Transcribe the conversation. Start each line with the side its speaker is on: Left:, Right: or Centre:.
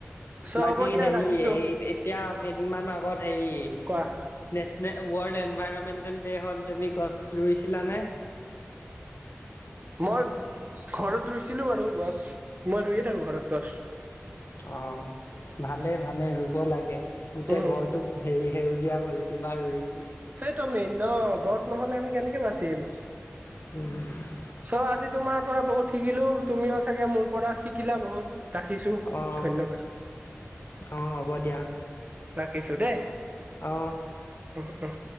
Right: চ'
Left: বাকী
Right: হ'ব দিয়া
Left: হেৰি
Right: ৰাখিছো
Left: এই এতিয়া কেইদিনমান আগত হেৰি-
Right: কোৱা
Left: নেচনেল ৱৰ্ল্ড এনভাইৰমেণ্টেল ডে' হ'ল তুমি গছ ৰুইছিলানে?
Right: মই ঘৰত ৰুইছিলো বাৰু গছ, মই ৰুইয়ে থাকো ঘৰত গছ।
Left: অঁ' ভালে ভালে ৰুব লাগে। গোটেই
Right: উম
Left: ঘৰটোক হেৰি সেউজীয়া কৰি দিবা ৰুই ৰুই।
Right: দমেই ন' গছ নহ'লে আমি কেনেকে বাচিম।
Left: হ'ম।
Right: চ' আজি তোমাৰ পৰা বহুত শিকিলোঁ। তুমিও চাগে মোৰ পৰা শিকিলা বহুত। ৰাখিছো
Left: অঁ'
Right: ধন্যবাদ
Left: অঁ' হ'ব দিয়া।
Right: ৰাখিছো দে।
Left: অহ।
Right: অহ‌‌ অহ।